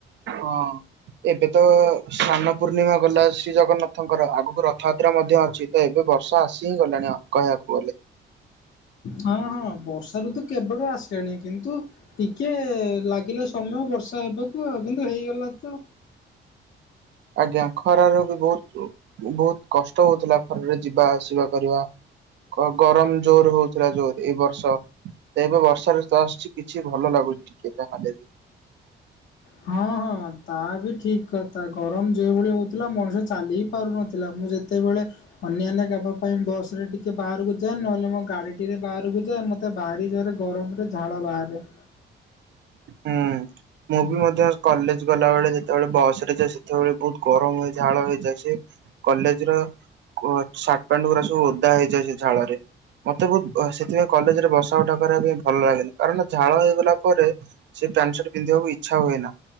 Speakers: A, on the right; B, on the left.
A: ହଁ। ଏବେ ତ ସ୍ନାନ ପୂର୍ଣ୍ଣିମା ଗଲା ଶ୍ରୀ ଜଗନ୍ନାଥଙ୍କର ଆଗକୁ ରଥଯାତ୍ରା ମଧ୍ୟ ଅଛି। ଏବେ ବର୍ଷା ଆସି ହିଁ ଗଲାଣି କହିବାକୁ ଗଲେ।
B: ହଁ ହଁ ବର୍ଷା ଋତୁ କେବେଠୁ ଆସିଲାଣି କିନ୍ତୁ ଟିକେ ଲାଗିଲା ସମୟ ବର୍ଷା ହେବାକୁ ଆଉ କିନ୍ତୁ ହେଇଗଲା ତ।
A: ଆଜ୍ଞା ଖରା ର ବି ବହୁତ୍ ବହୁତ୍ କଷ୍ଟ ହଉଥିଲା ଖରାରେ ଯିବା ଆସିବା କରିବା। କ ଗରମ୍ ଜୋର୍ ହଉଥିଲା ଜୋରେ ଏଇ ବର୍ଷ। ତ ଏବେ ବର୍ଷା ଋତୁ ଆସୁଛି କିଛି ଭଲ ଲାଗୁନି ଟିକେ ଯାହେଲେ ବି।
B: ହଁ ହଁ ତା ବି ଠିକ୍ କଥା ଗରମ୍ ଯେଉ ଭଳି ହଉ ଥିଲା ମଣିଷ ଚାଲି ହି ପାରୁନଥିଲା ମୁଁ ଯେତେବେଳେ ଅନ୍ୟାନ୍ୟ ଗାପ ପାଇଁ ବସ୍ ରେ ଟିକେ ବାହାରକୁ ଯାଏ ନହେଲେ ମୋ ଗାଡି ଟିରେ ବାହାରକୁ ଯାଏ ମ ତେ ବାରିଯରେ ଗରମ୍ ରେ ଝାଳ ବାହାରେ।
A: ହୁଁ। ମୁଁ ବି ମଧ୍ୟ କଲେଜ୍ ଗଲା ବେଳେ ଯେତେବେଳେ ବସ୍ ରେ ଯେ ସେତେବେଳେ ବହୁତ୍ ଗରମ୍ଏ ଝାଳ ହେଇଯାଏ। କଲେଜ୍ ର କ ସାଟ୍ ପାଣ୍ଡ ଗୁୁରା ସବୁ ଓଦା ହେଇଯାଏ ସେ ଝାଳରେ‌। ମତେ ବହୁତ୍ ସେଥିପାଇଁ କଲେଜ୍ ରେ ବସା ଉଠା କରିବା ପାଇଁ ଭଲ ଲାଗେନି କାରଣ ଝାଳ ହେଇଗଲା ପରେ। ସେ ପ୍ୟାଣ୍ଟ୍ ସାର୍ଟ୍ ପିନ୍ଧିବାକୁ ଇଚ୍ଛା ହୁଏ ନା।